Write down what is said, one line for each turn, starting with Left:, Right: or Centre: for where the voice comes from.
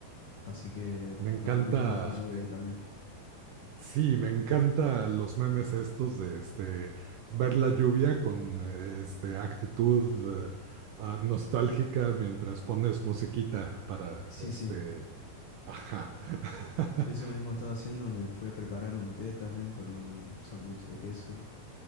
Left: Así que
Right: Me encanta,
Left: ando mirando la lluvia también.
Right: sí, me encanta los memes estos de este, ver la lluvia con eh, este, actitud eh, ah, nostálgica mientras pones musiquita para
Left: Sí,
Right: este,
Left: sí.
Right: ajá. <laughs>
Left: Eso mismo estaba haciendo. Me fui a preparar un té también con un sándwich de queso.